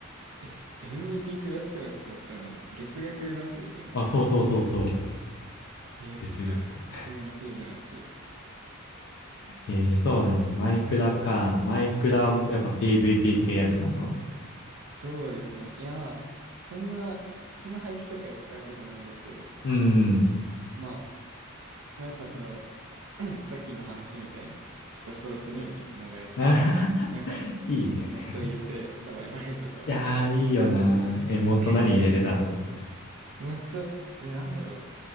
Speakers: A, on the right; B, on the left.
A: え、MVP プラスプラスだったあの、月額のやつですよね。
B: あ、そうそうそうそう。
A: いや、
B: 月額。
A: ちょっと、さすがに手出なくて。
B: えー、そうなんだ。マイクラか。マイクラもやっぱ PVP 系やってたの
A: うんそうですね。いや、まあ、そんな、そんなハイピとかやってたわけじゃないんですけど、
B: うん。
A: まあ、まあ、やっぱその、<laughs> <clears throat> さっきの話みたいに、ちょっとソロプレイに流れちゃって、
B: <laughs>
A: なんか、
B: いいね。
A: モッド入れてサバイバルとかをやってました。
B: <laughs> いやー、いいよなー。え、もっと何入れてたの
A: <laughs> モッド、え、なんだろ